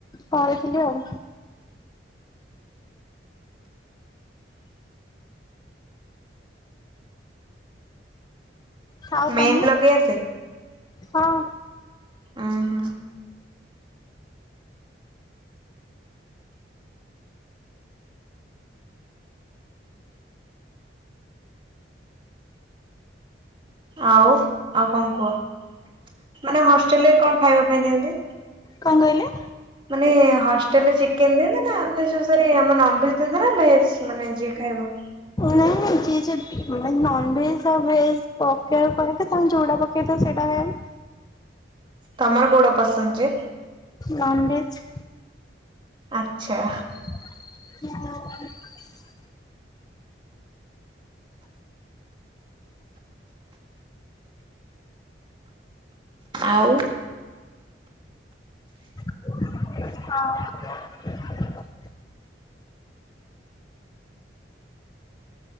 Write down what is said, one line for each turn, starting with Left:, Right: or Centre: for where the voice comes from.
Left: ଘରେଥିଲି ଆଉ। ହାଉ
Right: ମେହେନ୍ଦୀ
Left: ତମେ
Right: ଲଗେଇ ଆସେ
Left: ହଁ।
Right: ଆଁ ହା। ଆଉ ଆଉ କଁ କୁହ। ମାନେ ହଷ୍ଟେଲରେ କଁ ଖାଇବା ପାଇଁ ଦିଅନ୍ତି?
Left: କଁ କହିଲ?
Right: ମାନେ ହଷ୍ଟେଲରେ ଚିକେନ ଦିଅନ୍ତିନା ଆମେଯୋଉସାରେ ଆମ ନନଭେଜ ଦିଅନ୍ତି ନା ଭେଜ୍‌? ମାନେ ଯିଏ ଖାଇବ।
Left: ନାଇଁ ଯିଏ ସେ ନ ନନଭେଜ ଆଉ ଭେଜ ପକେଇଆକୁ କହିବ ତମ୍ ଯୋଉଟା ପକେଇଥିବ ସେଇଟା ଖାଇବ।
Right: ତମର କୋଉଡା ପସନ୍ଦ ଯେ?
Left: ନନ୍‌ଭେଜ୍।
Right: ଆଚ୍ଛା।
Left: ହୋ।
Right: ଆଉ।
Left: ହ।